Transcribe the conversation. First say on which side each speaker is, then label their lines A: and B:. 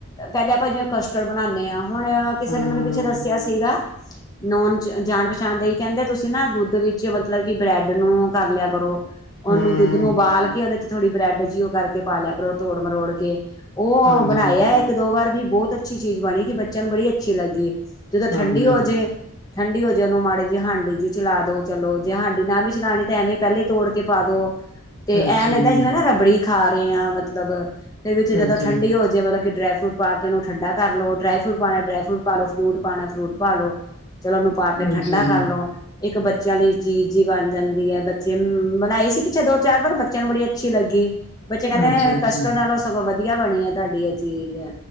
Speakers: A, on the left (about 15°); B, on the left (about 50°).
A: ਪਹਿਲੇ ਆਪਾਂ ਜਿਵੇਂ ਕਸਟਰਡ ਬਣਾਣੇ ਆ। ਹੁਣ, ਕਿਸੇ
B: ਹੂੰ
A: ਨੇ ਮੈਨੂੰ ਪਿੱਛੇ ਦੱਸਿਆ ਸੀਗਾ ਨੋਨ ਜਾਣ-ਪਛਾਣ ਦਾ ਕਹਿੰਦੇ ਤੁਸੀਂ ਨਾ ਦੁੱਧ ਵਿੱਚ ਮਤਲਬ ਕਿ ਬ੍ਰੈਡ ਨੂੰ ਕਰ ਲਿਆ ਕਰੋ ਉਹਨੂੰ
B: ਹੂੰ
A: ਦੁੱਧ ਦੁੱਧ ਨੂੰ ਉਬਾਲ ਕੇ ਉਹਦੇ ਚ ਥੋੜੀ ਬ੍ਰੈਡ ਜਿਹੀ ਉਹ ਕਰਕੇ ਪਾ ਲਿਆ ਕਰੋ ਤੋੜ ਮਰੋੜ ਕੇ ਉਹ
B: ਹਾਂਜੀ
A: ਬਣਾਇਆ ਇੱਕ ਦੋ ਵਾਰ ਵੀ ਬਹੁਤ ਅੱਛੀ ਚੀਜ਼ ਬਣੀ ਕਿ ਬੱਚਿਆਂ ਨੂੰ ਬੜੀ ਅੱਛੀ ਲੱਗੀ ਜਦੋਂ
B: ਹਾਂਜੀ
A: ਠੰਡੀ ਹੋ ਜੇ ਠੰਡੀ ਹੋਈ ਜੇ ਉਹਨੂੰ ਮਾੜੀ ਜੇ ਹਾਂਡੀ ਜੀ ਚਲਾ ਦੋ ਚਲੋ ਜੇ ਹਾਂਡੀ ਨਾ ਵੀ ਚਲਾਉਣੀ ਤਾਂ ਐਵੇਂ ਪਹਿਲੇ ਹੀ ਤੋੜ ਕੇ ਪਾ ਦੋ ਤੇ
B: ਅੱਛਾ
A: ਐਂ ਲੱਗਦਾ
B: ਜੀ
A: ਜਿਵੇਂ ਨਾ ਰਬੜੀ ਖਾ ਰਹੇ ਹਾਂ ਮਤਲਬ ਤੇ ਵਿੱਚ
B: ਅੱਛਾ
A: ਜਦੋਂ ਠੰਡੀ
B: ਜੀ
A: ਹੋ ਜੇ ਮਤਲਬ ਕਿ ਡਰਾਈ ਫਰੂਟ ਪਾ ਕੇ ਉਹਨੂੰ ਠੰਡਾ ਕਰ ਲੋ ਡਰਾਈ ਫਰੂਟ ਪਾਉਣਾ ਡਰਾ ਫਰੂਟ ਪਾ ਲੋ ਫਰੂਟ ਪਾਣਾ ਫੂਟ ਪਾ ਲੋ ਚਲੋ ਉਹਨੂੰ ਪਾ ਕੇ ਠੰਡਾ
B: ਅੱਛਾ ਜੀ
A: ਕਰ ਲੋ ਇੱਕ ਬੱਚਿਆਂ ਲਈ ਚੀਜ਼ ਹੀ ਬਣ ਜਾਂਦੀ ਹੈ ਬੱਚੇ ਬਣਾਏ ਸੀ ਪਿੱਛੇ ਦੋ ਚਾਰ ਵਾਰ ਬੱਚਿਆਂ ਨੂੰ ਬੜੀ ਅੱਛੀ ਲੱਗੀ ਬੱਚੇ
B: ਅੱਛਾ
A: ਕਹਿੰਦੇ
B: ਅੱਛਾ
A: ਕਸ਼ਟੋ ਨਾਲੋਂ ਸਗੋਂ ਵਧੀਆ ਬਣੀ ਆ ਤੁਹਾਡੀ ਇਹ ਚੀਜ਼